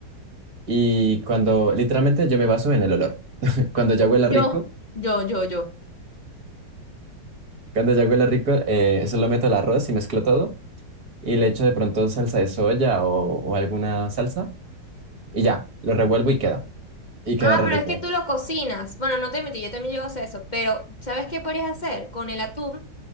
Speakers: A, on the right; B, on the left.
A: Y cuando, literalmente yo me baso en el olor. <laughs> Cuando ya huela
B: Yo,
A: rico,
B: yo, yo, yo.
A: cuando ya huela rico, eh, solo meto el arroz y mezclo todo y le echo de pronto salsa de soya o, o alguna salsa y ya, lo revuelvo y queda. Y queda
B: Ah,
A: re
B: pero
A: rico.
B: es que tú lo cocinas. Bueno, no te metí, yo también llego a hacer eso. Pero, ¿sabes qué podrías hacer con el atún?